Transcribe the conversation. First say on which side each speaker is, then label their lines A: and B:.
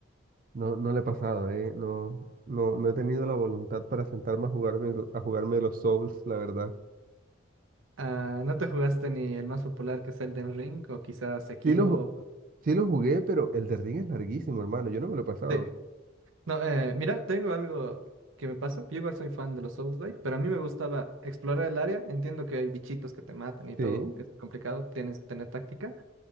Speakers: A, on the right; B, on the right.
A: no, no le he pasado, ¿eh? No, no, no he tenido la voluntad para sentarme a jugarme, a jugarme los Souls, la verdad.
B: Ah, ¿no te jugaste ni el más popular que es Elden Ring o quizás Sekiro?
A: Sí lo, ju- sí lo jugué, pero el de Ring es larguísimo, hermano. Yo no me lo he pasado.
B: Sí. No, eh, mira, tengo algo que me pasa. Yo igual soy fan de los Souls Like, pero a mí me gustaba explorar el área. Entiendo que hay bichitos que te matan y todo.
A: Sí.
B: Es complicado, tienes que tener táctica.